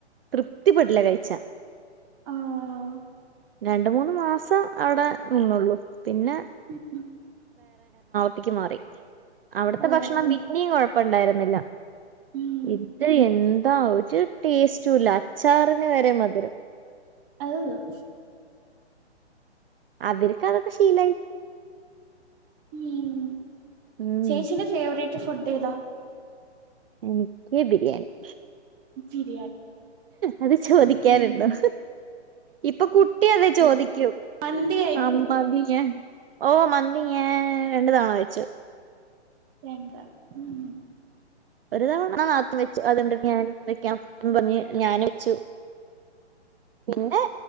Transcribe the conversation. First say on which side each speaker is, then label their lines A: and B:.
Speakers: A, on the right (about 55°); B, on the right (about 20°).
A: തൃപ്തിപ്പെട്ടി ല്ല കഴിച്ചാ
B: ആഹ്
A: രണ്ടു മൂന്ന് മാസം അവിടെ നിന്നൊ ഒള്ളൂ പിന്നെ
B: <unintelligible>
A: ക്ക് മാറി - അവിടുത്തെ
B: ഓഹ്
A: ഭക്ഷണം പിന്നെയും കൊഴ- ഇപ്പൊണ്ടായിരുന്നില്ല
B: ഉം
A: ഇത് എന്താ ഒരു ടേസ്റ്റുമില്ല അച്ചാറിന് വരെ മധുരം
B: ആവ്-
A: അവരക്ക്അതൊക്കെ ശീലായി-
B: ഉം
A: ഉം
B: ചേച്ചിന്റെ ഫേവറേറ്റ് ഫുഡേതാ-
A: എനിക്ക് ബിരിയാണി-
B: ബിരിയാണി
A: അത് ചോദിക്കാനുണ്ടോ-
B: ഉം
A: ഇപ്പൊ കുട്ട് കുട്ടി അത്
B: ബിരിയാണി
A: ചോദിയ്ക്കും
B: മന്തി കഴിക്കോ
A: അബവികാൻ- ഓ മന്തി ഞാൻ രണ്ടു തവണ കയി ച്ചു-
B: എന്താ ഉം-
A: ഒരു തവണ ആ നാത്തൂ വെച്ചു അതുണ്ട് - ഞാനും വെക്കാൻ പർഞ്ഞ് ഞാനും- ച്ചു പിന്നെ-